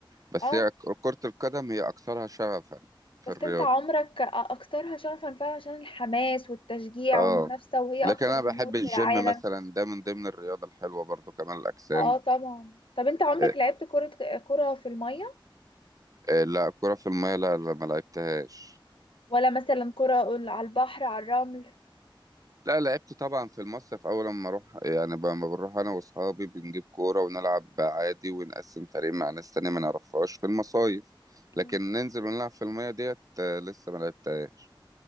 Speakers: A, on the right; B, on the left.
A: بس
B: اه
A: هي ك- كرة القدم هي أكثرها شغفا في
B: بس
A: الرياضة
B: انت عمرك أ- اكترها شغفا فعلا عشان الحماس والتشجيع
A: اه
B: والمنافسه وهي
A: لكن
B: اكتر
A: أنا
B: جمهور
A: بحب
B: في
A: الجيم
B: العالم
A: مثلا ده من ضمن الرياضة الحلوة برضو كمال الأجسام
B: اه طبعا طب انت عمرك
A: إيه،
B: لعبت كرة كرة في المية
A: إيه، لا كرة في المية لا لا، ما لعبتهاش
B: ولا مثلا كرة على البحر على الرمل
A: لا لعبت طبعا في المصيف اول لما اروح يعني ب- لما بنروح انا واصحابي بنجيب كوره ونلعب عادي ونقسم فريق مع ناس تانية ما نعرفهاش في المصايف
B: مم.
A: لكن ننزل ونلعب في الميه ديت آه، لسه ما لعبتهاش